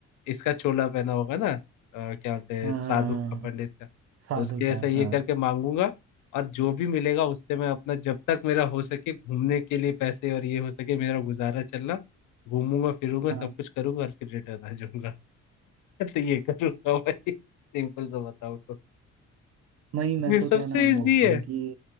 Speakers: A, on the left (about 85°); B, on the right (about 55°).
A: इसका चोला पहना होगा ना अ, क्या बोलते हैं
B: हाँ
A: साधु का पंडित का
B: साधु
A: तो उसके जैसा
B: का
A: ये
B: हाँ
A: करके मांगूंगा और जो भी मिलेगा उससे मैं अपना जब तक मेरा हो सके घूमने के लिए पैसे और ये हो सके मेरा गुजारा चलना घूमूंगा फिरूंगा
B: हाँ
A: सब कुछ करूंगा और फिर रिटर्न आ जाऊंगा <laughs> तो ये करूंगा भाई सिंपल सा बताओ तो
B: नहीं मैं
A: ये
B: तो
A: सबसे
B: क्या नाम
A: इजी
B: बोलते
A: है
B: हैं कि